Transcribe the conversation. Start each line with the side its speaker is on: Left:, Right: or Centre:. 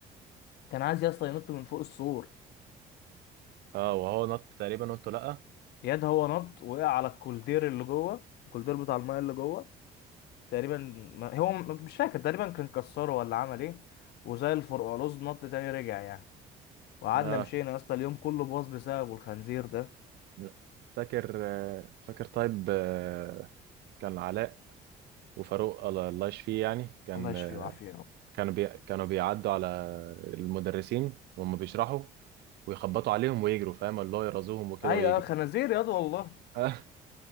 Left: كان عايز يا اسطى ينط من فوق السور
Right: اه وهو نط تقريبا وانتوا لا
Left: ياد هو نط وقع على الكولدير اللي جوه الكولدير بتاع المايه اللي جوه تقريبا ما هو م- مش فاكر تقريبا كان كسره ولا عمل ايه وزي الفرقعلوز نط تاني رجع يعني وقعدنا
Right: اه
Left: مشينا يا اسطى اليوم كله باظ بسببه الخنزير ده
Right: لا. فاكر آه، فاكر طيب آه، كان علاء وفاروق الله الله يشفيه يعني كان
Left: الله يشفيه
Right: آه،
Left: ويعافيه يا رب
Right: كانوا بي... كانوا بيعدوا على المدرسين وهم بيشرحوا ويخبطوا عليهم ويجروا فاهم اللي هو يرازوهم وكده
Left: ايوه
Right: ويجروا
Left: آه، خنازير ياض والله
Right: <laughs>